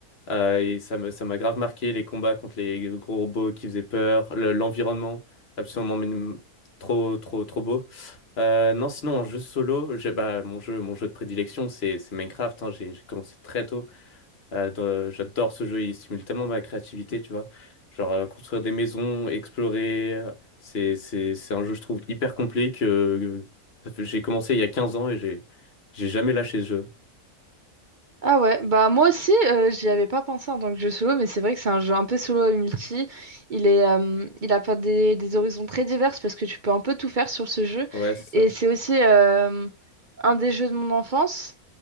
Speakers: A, on the left; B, on the right.
A: Euh, et ça me ça m'a grave marqué les combats contre les gros robots qui faisaient peur, le- l'environnement absolument minim- trop trop trop beau. Euh, non, sinon en jeu solo, j'ai bah mon jeu mon jeu de prédilection c'est c'est Minecraft hein, j'ai j'ai commencé très tôt. Euh, dans- euh, j'adore ce jeu, il stimule tellement ma créativité, tu vois. Genre euh, construire des maisons, explorer, euh, c'est c'est c'est un jeu je trouve hyper complet que ça fait- j'ai commencé il y a 15 ans et j'ai j'ai jamais lâché ce jeu.
B: Ah ouais, bah moi aussi, euh, j'y avais pas pensé en tant que jeu solo, mais c'est vrai que c'est un jeu un peu solo et multi. Il est, euh, il a pas des, des horizons très divers parce que tu peux un peu tout faire sur ce jeu.
A: Ouais, c'est ça.
B: Et c'est aussi euh, un des jeux de mon enfance.